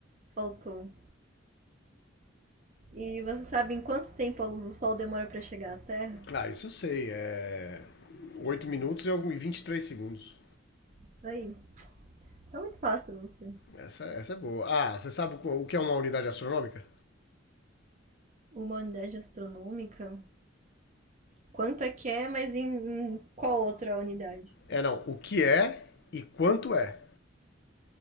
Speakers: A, on the right; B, on the left.
A: Faltou. E você sabe em quanto tempo a luz do Sol demora para chegar à Terra?
B: Ah, isso eu sei, é... 8 minutos e algum- e três segundos.
A: Isso aí. É muito fácil, pra você.
B: Essa, essa é boa. Ah, você sabe o que é uma unidade astronômica?
A: Uma unidade astronômica. Quanto é que é, mas em, em qual outra unidade?
B: É, não. O que é e quanto é.